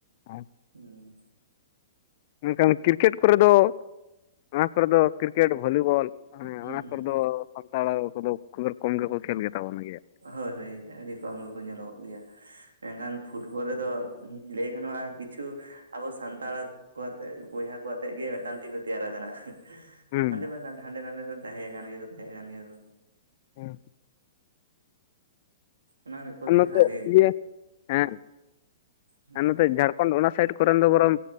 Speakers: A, on the left; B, on the right.
A: ᱟᱨ
B: ᱦᱮᱸ
A: ᱢᱮᱱᱠᱷᱟᱱ ᱠᱨᱤᱠᱮᱴ ᱠᱚᱨᱮ ᱫᱚ ᱚᱱᱟ ᱠᱚᱨᱮ ᱫᱚ ᱠᱨᱤᱠᱮᱴ ᱵᱷᱚᱞᱤᱵᱚᱞ
B: ᱦᱩᱸ
A: ᱚᱱᱟ ᱠᱚᱨᱮ ᱫᱚ ᱛᱟᱲ ᱠᱚᱫᱚ ᱠᱷᱩᱵᱮᱨ ᱠᱚᱢ ᱜᱮᱠᱚ ᱠᱷᱮᱞ ᱜᱮᱛᱟ ᱵᱚᱱ ᱜᱮᱭᱟ᱾
B: ᱦᱳᱭ ᱦᱳᱭ ᱟᱹᱰᱤ ᱠᱚᱢ ᱜᱮᱠᱚ ᱧᱮᱞᱚᱜᱚᱜ ᱜᱮᱭᱟ᱾ ᱢᱮᱱᱠᱷᱟᱱ ᱯᱷᱩᱴᱵᱚᱞ ᱨᱮᱫᱚ ᱞᱟᱹᱭ ᱜᱟᱱᱚᱜᱼᱟ ᱠᱤᱪᱷᱩ ᱟᱵᱚ ᱥᱟᱱᱛᱟᱲ ᱠᱚ ᱟᱛᱮᱜ ᱵᱚᱭᱦᱟ ᱠᱚ ᱟᱛᱮᱜ ᱜᱮ ᱢᱤᱫᱴᱟᱝ ᱴᱤᱢ ᱛᱮᱭᱟᱨ ᱟᱠᱟᱱᱟ᱾
A: ᱦᱩᱸ
B: ᱦᱟᱸᱰᱮ ᱵᱟ ᱦᱟᱸᱰᱮ ᱱᱟᱰᱮ ᱨᱮᱱ ᱛᱟᱦᱮ ᱜᱟᱱ ᱜᱮᱭᱟᱠᱚ ᱛᱟᱦᱮ ᱜᱟᱱ ᱜᱮᱭᱟᱠᱚ᱾
A: ᱦᱮᱸ᱾
B: ᱚᱱᱟ ᱢᱤᱫ ᱯᱚᱠᱠᱷᱮ
A: ᱟᱨ ᱱᱚᱛᱮ
B: ᱵᱷᱟᱜᱮ
A: ᱤᱭᱟᱹ ᱦᱮᱸ
B: ᱦᱩᱸ
A: ᱟᱨ ᱱᱚᱛᱮ ᱡᱷᱟᱲᱠᱷ ᱡᱷᱟᱨᱠᱷᱚᱱ ᱚᱱᱟ ᱥᱟᱭᱤᱰ ᱠᱚᱨᱮᱱ ᱫᱚ ᱵᱚᱨᱚᱝ